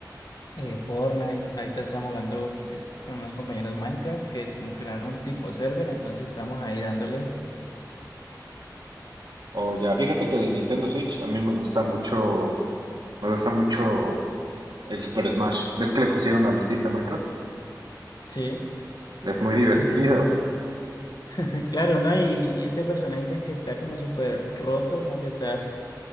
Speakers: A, on the left (about 65°); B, on the right (about 75°).
A: eh, Fortnite. Ahorita estamos jugando eh, con unos compañeros Minecraft, que es como crear un tipo server, entonces estamos ahí dándole.
B: O ya, fíjate que de Nintendo Switch a mí me gusta mucho, me gusta mucho el Super Smash. ¿Ves que le pusieron al estilo de Minecraft?
A: Sí,
B: Es muy divertido.
A: sí, sí, sí, sí. <laughs> Claro, ¿no? Y ese personaje dicen que está como súper roto, como que está,